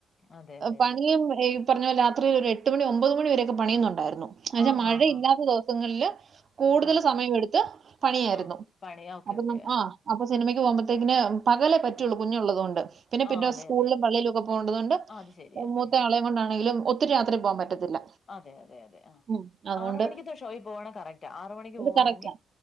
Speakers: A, on the left; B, on the right.
A: അതെ അതെ
B: പണിയും
A: അതെ
B: ഈ ഈപറഞ്ഞ പോലെ രാത്രില് ഒരേട്ട് മണി ഒൻമ്പത് മണിവരെയൊക്കെ പണിയുന്നുണ്ടായിരുന്നു എന്നാ
A: ആഹ്
B: മഴ
A: ഹാ ഹാ
B: ഇല്ലാത്ത ദിവസങ്ങളില് കൂടുതൽ
A: ആഹ്
B: സമയം എടുത്ത് പണിയായിരുന്നു
A: ആഹ് പണി ഓക്കെ
B: അപ്പൊ
A: ഓക്കെ
B: നം ആഹ് അപ്പൊ സിനിമക്ക് പോവ്മ്പത്തേക്ക്ന് പകലേപറ്റൊള്ളു
A: ആഹ്
B: കുഞ്ഞുള്ളതോണ്ട് പിന്നെ പിന്നസ്കൂളിലും
A: ആഹ് അതെ അതെ
B: പള്ളീലും ഒക്കെ പോണ്ടതോണ്ട്
A: ആഹ് അത് ശരിയാ
B: മൂത്ത
A: ഉം
B: ആളെ കൊണ്ടാണെങ്കിലും ഒത് ഒത്തിരി രാത്രി പോകാൻ പറ്റത്തില്ല
A: അതെ അതെ അതെ
B: ആഹ് അതുകൊണ്ട്
A: ആറ് മണിക്കത്തെ ഷോയിൽ പോവാണെ കറക്റ്റാ ആറ് മണിക്ക്
B: ഇത്
A: പോവാണെങ്കിൽ
B: കറക്റ്റാ